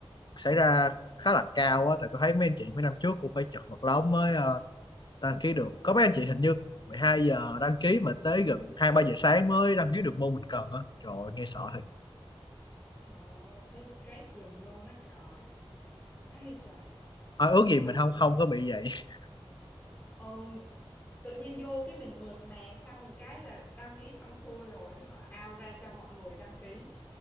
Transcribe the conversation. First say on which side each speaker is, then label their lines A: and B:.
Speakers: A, on the left; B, on the left.
A: xảy ra khá là cao á tại tôi thấy mấy anh chị mấy năm trước cũng phải chật vật lắm mới ờ, đăng ký được có mấy anh chị hình như 12 giờ đăng ký mà tới gần 2 3 giờ sáng mới đăng ký được môn mình cần á trời ơi, nghe sợ
B: Trời ơi, thấy stress giùm luôn á trời. Hay trời,
A: Thôi ước
B: đi
A: gì
B: học
A: mình không
B: cũng
A: không có bị vậy <laughs>
B: Ờ, tự nhiên vô cái mình mượt mà xong cái là đăng ký xong xuôi rồi họ ao ra cho mọi người đăng ký